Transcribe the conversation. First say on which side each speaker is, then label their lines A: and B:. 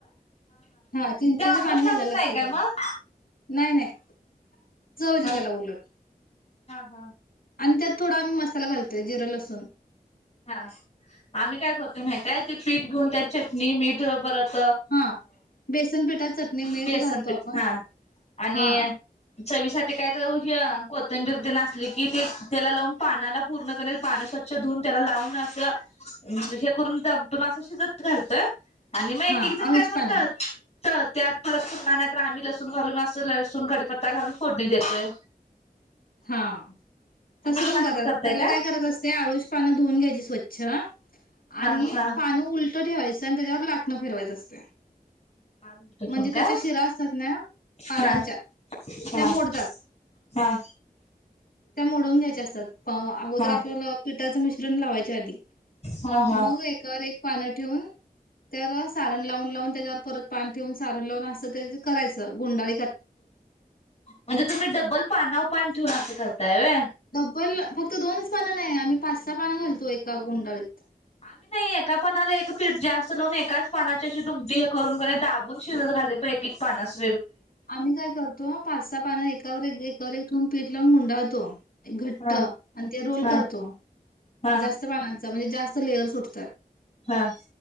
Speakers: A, on the left (about 70°); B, on the left (about 40°).
A: हा चिंचेचे
B: ते आंबट
A: पाणी
B: लागत
A: घालायला लागते
B: नाही काय
A: त्याला
B: मग?
A: नाही नाही चवते
B: हा
A: त्याला उलट
B: हा.
A: आणि त्यात. थोडा आमही मसाला घालोय जिं लसूून.
B: हा आम्ही काय करतोय माहितयत. ते पीठ घेऊन त्यात चटणी मीठ परत
A: हा बेसन पिठात चटणी मीठ
B: बेसन
A: घालतो
B: पीठ
A: आपण
B: हा आणि
A: हा
B: चवीसाठी काय तर कोथंबीर ते नासली कि ते त्याला लावून पानाला पूर्ण करणे पान स्वच्छ धुवून त्याला लावून असं हेे करून दमटून असं शिजत घालतय. आणि मग एक
A: हा
B: एक जण
A: अळूची
B: काय म्हणतात.
A: पानं
B: तर त्यात परत सुमणार नाही तर आम्ही लसूण घालून असं लसूण कडीीपत्ता घालून फोडणी देतोय.
A: हा. तसं
B: तुम्ही
A: पण
B: असंच
A: करात
B: करताय
A: पहिला
B: का?
A: काय करत असते आळूची पानं धुवून घ्यायची स्वच्छ <unintelligible>
B: हा
A: आणि
B: हा
A: पानं उलट फ ठेवायचं आणि त्याच्यावर लाटणं फिरवायचं असते.
B: पाच मिनिटं ठेवून
A: म्हणजे
B: काय
A: त्याच्या शिरा असतात ना पानांच्या
B: हा हा
A: त्या मोडतात.
B: हा
A: त्या मोडून घ्यायच्या असतात. अगोदर
B: हा
A: आपल्याला पिठाचं मिश्रण लावायच्या आधी
B: हा
A: मग
B: हा
A: एकावर एक पान तो तर सारण लावून लावून. ार परत पाण ठेवून सारं लावून असत. कयचं गुंडा
B: म्हणजे तुम्ही डब्बल पाना पा त अस कर. त्या.
A: बोल फक्त दोनच पानं नाही आम्ही पाच सहा पानं घालतो एका गुंडाळीत
B: आम्ही नाही एका पानाला एक पीठ जास्त लावून एकाच पानाची अशी दुमी हे करून दाबून शिजत घाले एक एक पानास
A: आम्ही काय करतो पाच स पान एकावर एकावर एक ठून पीटलाून गंडातो. एक घट्ट
B: हा
A: आणि ते रोल
B: हा.
A: करतो.
B: हा
A: जास्त पाना म्हणजे जास्त लेअर सुटतात.
B: हा.